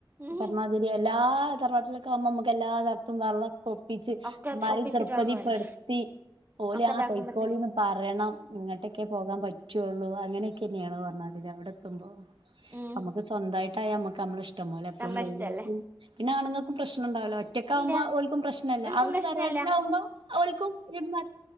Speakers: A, on the right; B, on the right.
A: ഉം
B: പറമ തിരി എല്ലാ തറവാട്ടിലവുമ്പോ നമ്മുക്ക്‌ എല്ലാ തർത്തും വെള്ളക്കും പ്പിച്ച് ഇ
A: ഒക്കെ
B: മാറി
A: ഒപ്പിച്ചിട്ട്
B: ദൃപതിപ്പെടുത്തി
A: വേണം പോവാന്
B: ഓല്
A: ഒക്കെ
B: ആഹ്
A: ഇതാക്കുമ്പത്തിന്
B: പൊയ്ക്കോളിന്ന് പറയണം ഇങ്ങോട്ടൊക്കെ പോകാൻ പ റ്റുള്ളൂ അങ്ങനെയൊക്കെ തന്നെയാണ് പറഞ്ഞാതിരി അവിടെ എത്തുമ്പോ
A: ഉം
B: അത് സ്വന്തയിട്ട് ആയാ നമ്മക്ക് നമ്മള ഇഷ്ടം പോല എപ്പളും
A: നമ്മളെ
B: പോവേം
A: ഇഷ്ടല്ലേ
B: ചെയ്യാ പിന്നെ ആണുങ്ങൾക്കും പ്രശ്നോണ്ടാവുല്ല ഒറ്റയ്ക്ക്‌ ആവുമ്പോ
A: ഇല്ല
B: ഒൾക്കും പ്രശ്നവില്ല
A: ഓൽക്കും
B: അവിടെ
A: പ്രശ്നല്ല
B: തറവാട്ടിലാവുമ്പോ ഓൾക്കും ഇമാ